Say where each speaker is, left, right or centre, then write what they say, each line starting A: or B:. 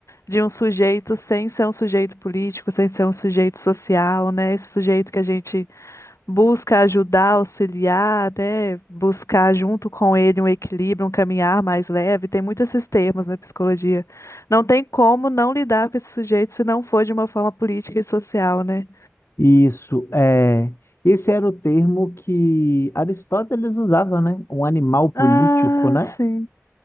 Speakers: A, on the left; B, on the left.
A: de um sujeito sem ser um sujeito político, sem ser um sujeito social, né? Esse sujeito que a gente busca ajudar, auxiliar, né? Buscar junto com ele um equilíbrio, um caminhar mais leve. Tem muitos esses termos na psicologia. Não tem como não lidar com esse sujeito se não for de uma forma política e social, né?
B: Isso, é, esse era o termo que Aristóteles usava, né? Um animal político,
A: Ah,
B: né?
A: sim.